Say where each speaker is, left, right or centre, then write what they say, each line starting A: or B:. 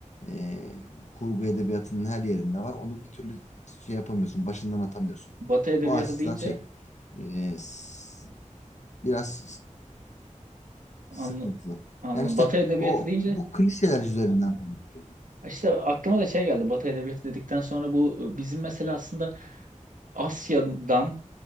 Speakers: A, on the left; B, on the right.
A: Ee, kurgu edebiyatının her yerinde var. Onu bir türlü şey yapamıyorsun. Başından atamıyorsun.
B: Batı edebiyatı
A: O açıdan
B: deyince
A: şey e, s- biraz s-
B: anla,
A: sıkıntılı.
B: anla
A: Yani işte
B: Batı edebiyatı
A: o
B: deyince
A: bu klişeler üzerinden konuşuyorum.
B: işte aklıma da şey geldi. Batı edebiyatı dedikten sonra bu bizim mesela aslında Asya'dan